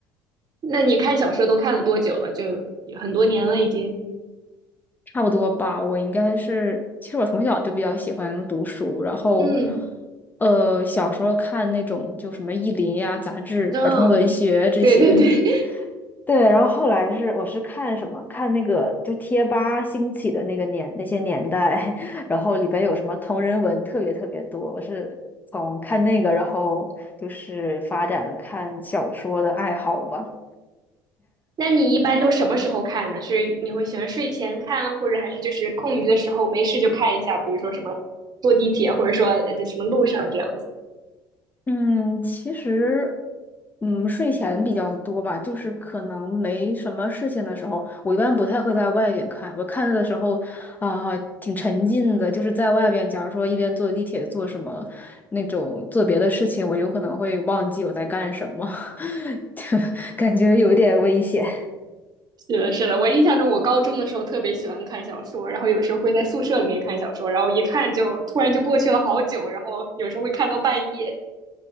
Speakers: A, on the right; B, on the left.
A: 那你看小说都看了多久了？就很多年了已经。
B: <laughs> 差不多吧。我应该是，其实我从小就比较喜欢读书，然后，
A: 嗯，
B: 呃，小时候看那种就什么《意林》呀、杂志、
A: 嗯、
B: 儿童文学这些。
A: 对对对，
B: 对，然后后来是我是看什么？看那个就贴吧兴起的那个年那些年代，<laughs> 然后里边有什么同人文特别特别多。我是从看那个，然后就是发展了看小说的爱好吧。
A: 那你一般都什么时候看呢？是你会喜欢睡前看，或者还是就是空余的时候没事就看一下？比如说什么坐地铁，或者说呃什么路上这样子。
B: 嗯，其实，嗯，睡前比较多吧，就是可能没什么事情的时候，我一般不太会在外边看。我看的时候，啊、挺沉浸的，就是在外边，假如说一边坐地铁做什么那种做别的事情，我有可能会忘记我在干什么，<laughs> 感觉有点危险。
A: 是的，是的，我印象中我高中的时候特别喜欢看小说，然后有时候会在宿舍里面看小说，然后一看就突然就过去了好久，然后有时候会看到半夜。